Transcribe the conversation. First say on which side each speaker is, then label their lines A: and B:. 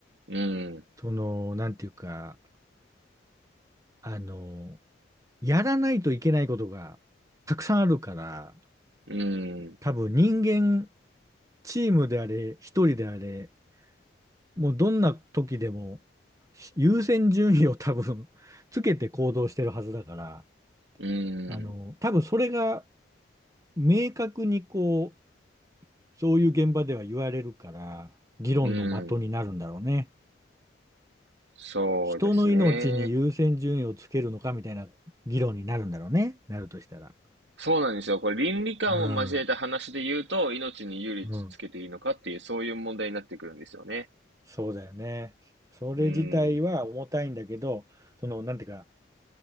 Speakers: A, on the right (about 70°); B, on the right (about 15°).
A: うん、
B: その、なんていうか、あの、やらないといけないことがたくさんあるから、
A: うん、
B: 多分人間、チームであれ、一人であれ、もうどんな時でも優先順位を <laughs> 多分つけて行動してるはずだから、
A: うん、
B: あの、多分それが明確にこう、そういう現場では言われるから、議論の的になるんだろうね。
A: うん、そうですね。
B: 人の命に優先順位をつけるのかみたいな議論になるんだろうね。なるとしたら。
A: そうなんですよ。これ倫理観を交えた話で言うと、
B: うん。
A: 命に有利つけていいのかっていう、
B: うん、
A: そういう問題になってくるんですよね。
B: そうだよね。それ自体は重たいんだけど、
A: うん。
B: その、なんていうか、